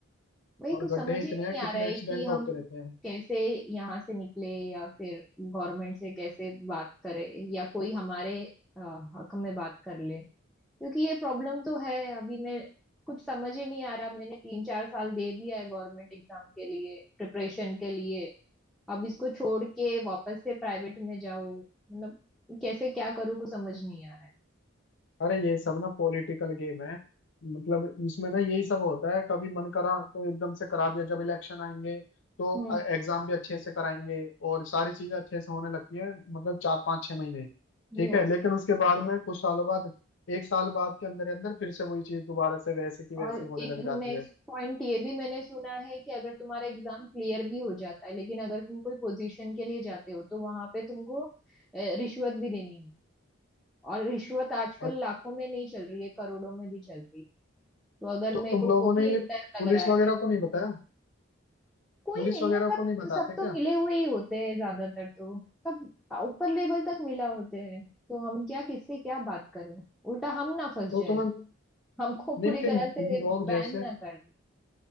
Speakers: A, in the centre; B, on the left.
A: वही
B: और
A: कुछ
B: गड्ढे
A: समझ
B: इतने
A: ही नहीं
B: हैं कितने
A: आ रहा है
B: एक्सीडेंट
A: कि हम
B: होते रहते हैं
A: कैसे यहाँ से निकले या फिर गवर्नमेंट से कैसे बात करें या कोई हमारे अ, हक में बात कर ले क्योंकि ये प्रॉब्लम तो है अभी मैं कुछ समझ ही नहीं आ रहा मैंने तीन चार साल दे दिया है गवर्नमेंट एग्जाम के लिए प्रिपरेशन के लिए अब इसको छोड़ के वापस से प्राइवेट में जाओ मतलब कैसे क्या करूँ कुछ समझ नहीं आ रहा है
B: अरे ये सब ना पॉलिटिकल गेम है मतलब इसमें ना यही सब होता है कभी मन करा तो एकदम से करा दिया जब इलेक्शन आएंगे तो
A: हम्म
B: एग्जाम भी अच्छे से कराएंगे और सारी चीजें अच्छे से होने लगती है मतलब चार पाँच छह महीने ठीक
A: यस
B: है लेकिन उसके बाद में कुछ सालों बाद एक साल बाद के अंदर अंदर फिर से वही चीज दोबारा से वैसे की
A: और
B: वैसी होने
A: एक
B: लग जाती
A: नेक्स्ट
B: है
A: पॉइंट ये भी मैंने सुना है कि अगर तुम्हारा एग्जाम क्लियर भी हो जाता है लेकिन अगर तुम कोई पोजीशन के लिए जाते हो तो वहां पे तुमको अ, रिश्वत भी देनी है और रिश्वत आजकल
B: और
A: लाखों में नहीं चल रही है करोड़ों में भी चल रही है तो अगर
B: तो
A: मेरे
B: तुम
A: को
B: लोगों
A: वो भी
B: ने
A: एक
B: ये
A: डर लग
B: पुलिस
A: रहा है
B: वगैरह को नहीं बताया
A: कोई
B: पुलिस
A: नहीं
B: वगैरह
A: ना सब
B: को नहीं बताते
A: सब तो
B: क्या
A: मिले हुए ही होते हैं ज्यादातर तो सब ऊपर लेवल तक मिला होते हैं तो हम क्या किससे क्या बात करें उल्टा हम ना फंस
B: तो
A: जाए
B: तुम्हें नहीं
A: हमको पूरी
B: फिर
A: तरह
B: तुम
A: से
B: लोग
A: बैन
B: जैसे
A: ना कर